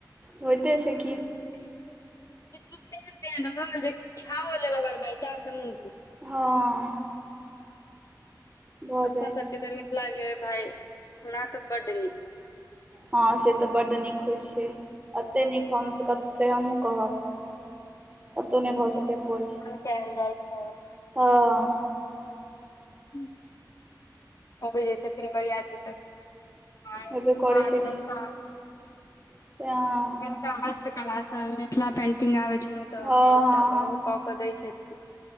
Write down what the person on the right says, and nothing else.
होइते छै
की
हँ भऽ
जाइ
छै
हँ से तऽ बड नीक होइ छै, अत्ते नीक हम त कत से हमहूँ कहब कतहु नहि भऽ सकैयै भोज।
हॅं।
हेबे करै
छै
कि। <unintelligible>
हँ
हँ